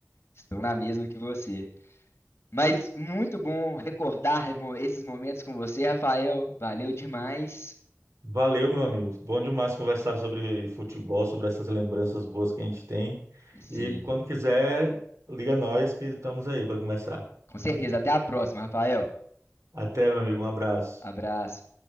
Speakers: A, on the left; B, on the right.
A: Estou na mesma que você. Mas muito bom recordar mo- esses momentos com você, Rafael. Valeu demais.
B: Valeu, meu amigo. Bom demais conversar sobre futebol, sobre essas lembranças boas que a gente tem.
A: Sim,
B: E quando quiser, liga nós que estamos aí para conversar.
A: com certeza. Até a próxima, Rafael.
B: Até, meu amigo. Um abraço.
A: Abraço.